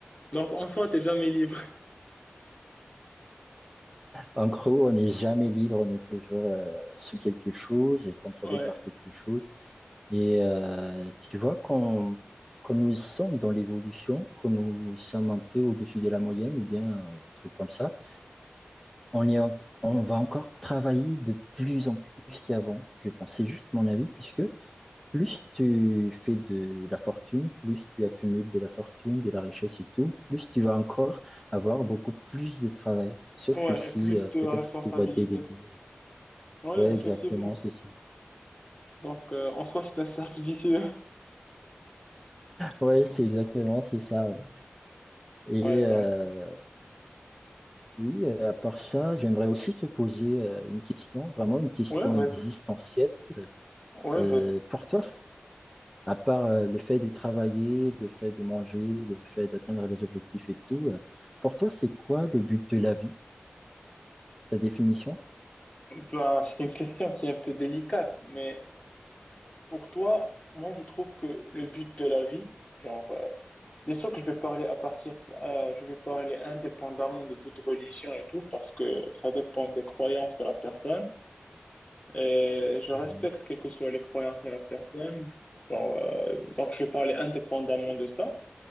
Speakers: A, on the left; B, in the centre.
A: Donc en soi, t'es jamais libre. <laughs>
B: En gros, on n'est jamais libre, on est toujours euh, sous quelque chose et contrôlé
A: Ouais,
B: par quelque chose. Et euh, tu vois, quand, quand nous sommes dans l'évolution, quand nous sommes un peu au-dessus de la moyenne ou bien un truc comme ça, on est en- on va encore travailler de plus en plus qu'avant, je pense. C'est juste mon avis, puisque plus tu fais de la fortune, plus tu accumules de la fortune, de la richesse et tout, plus tu vas encore avoir beaucoup plus de travail. Sauf
A: ouais,
B: que si
A: et plus
B: euh,
A: de
B: peut-être
A: responsabilité.
B: tu vas déléguer.
A: Ouais,
B: Ouais,
A: effectivement.
B: exactement, c'est ça.
A: Donc euh, en soi, c'est un cercle vicieux. <laughs>
B: Ouais, c'est exactement, c'est ça. ouais. Et,
A: Ouais, donc,
B: euh, Oui, euh, à part ça, j'aimerais aussi te poser euh, une question, vraiment une question
A: ouais, vas-y.
B: existentielle.
A: Ouais,
B: Euh,
A: vas-y.
B: pour toi, c- à part euh, le fait de travailler, le fait de manger, le fait d'atteindre des objectifs et tout, euh, pour toi, c'est quoi le but de la vie, ta définition?
A: Bah, c'est une question qui est un peu délicate, mais Pour toi, moi, je trouve que le but de la vie, genre, euh, bien sûr que je vais parler à partir, euh, je vais parler indépendamment de toute religion et tout, parce que ça dépend des croyances de la personne. Et je respecte
B: Oui.
A: quelles que soient les croyances de la personne. Genre, euh, donc, je vais parler indépendamment de ça.